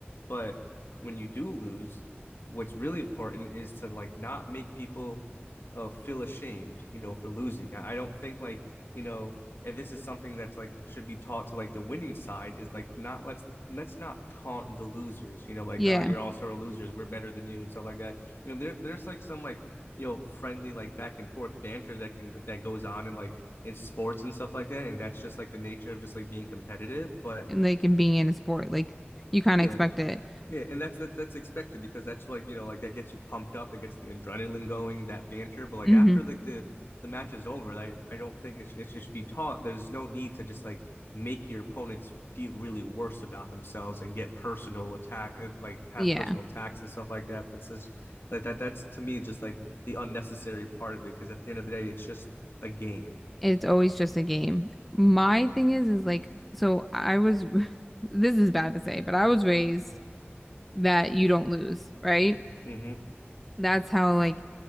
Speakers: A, on the left; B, in the centre.
A: But when you do lose, what's really important is to like not make people uh, feel ashamed, you know, for losing. I, I don't think like, you know, and this is something that's like should be taught to like the winning side is like not let's let's not taunt the losers you know like
B: Yeah.
A: oh you're all star losers we're better than you and stuff like that you know there, there's like some like you know friendly like back and forth banter that can that goes on in like in sports and stuff like that and that's just like the nature of just like being competitive but
B: And like in being in a sport, like you kind
A: yeah
B: of expect it.
A: yeah, and that's that, that's expected because that's like you know like that gets you pumped up, that gets the adrenaline going, that banter. But like
B: hmm
A: after like the the match is over, I I don't think it, sh- it should be taught. There's no need to just like make your opponents feel really worse about themselves and get personal attack, and, like have
B: Yeah.
A: personal attacks and stuff like that. That's just like that. That's to me just like the unnecessary part of it because at the end of the day, it's just a game.
B: It's always just a game. My thing is, is like, so I was, <laughs> this is bad to say, but I was raised that you don't lose, right?
A: Mm-hmm.
B: That's how like